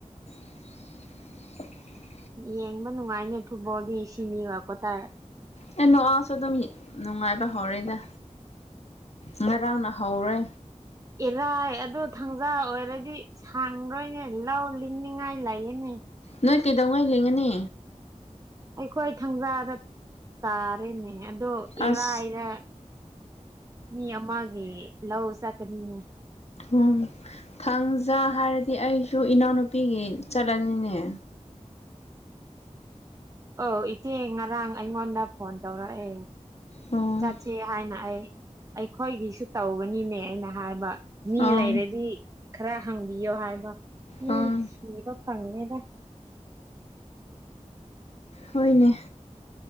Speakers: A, on the left; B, on the right.
A: <inaudible>
B: ꯌꯦꯡꯕ ꯅꯨꯡꯉꯥꯏꯅꯦ ꯊꯨꯕꯣꯗꯤ ꯁꯤ ꯃꯤꯉꯛꯄꯣ ꯇꯥꯔꯦ
A: ꯅꯅꯨꯡ ꯁꯨ ꯑꯗꯨ ꯅꯅꯨꯡꯉꯥꯏ ꯄ ꯍꯔꯗ ꯉꯔꯥꯡ ꯅ ꯍꯧꯔꯦ
B: ꯏꯔꯥꯏ ꯑꯗꯣ ꯊꯥꯡꯖꯥ ꯑꯣꯏꯔꯗꯤ ꯁꯥꯡꯔꯣꯏꯅꯦ ꯂꯥꯎ ꯏꯅꯤꯡ ꯉꯥꯏ ꯂꯏꯅꯦ
A: ꯅꯣꯏ ꯀꯩꯗꯧꯉꯩ ꯂꯤꯡꯉꯅꯤ
B: ꯑꯩꯈꯣꯏ ꯊꯥꯡꯖꯥꯗ ꯇꯥꯔꯦꯅꯦ ꯑꯗꯣ
A: ꯑꯁ
B: ꯏꯔꯥꯏꯗ ꯃꯤ ꯑꯃꯒꯤꯦ ꯂꯁꯥꯀꯅꯤꯉꯦ
A: ꯎꯝ ꯊꯥꯡꯖꯥ ꯍꯥꯏꯔꯗꯤ ꯑꯩꯁꯨ ꯏꯅꯥꯎꯅꯨꯄꯤꯒꯤ ꯆꯠꯂꯅꯤꯅꯦ
B: ꯑꯧ ꯏꯆꯦ ꯉꯔꯥꯡ ꯑꯩꯉꯣꯟꯗ ꯐꯣꯟ ꯇꯧꯔꯛꯑꯦ
A: ꯑꯣ
B: ꯆꯠꯁꯤ ꯍꯥꯏꯅ ꯑꯩ ꯑꯩꯈꯣꯏꯒꯤꯁꯨ ꯇꯧꯧꯕꯅꯤꯅꯦ ꯑꯩꯅ ꯍꯥꯏꯕ ꯃꯤ
A: ꯑꯥ
B: ꯂꯩꯔꯗꯤ ꯈꯔ ꯍꯪꯕꯤꯌꯣ ꯍꯥꯏꯕ ꯃꯤ
A: ꯑꯥ
B: ꯊꯤꯕ ꯐꯪꯉꯦꯗ
A: ꯍꯅꯦ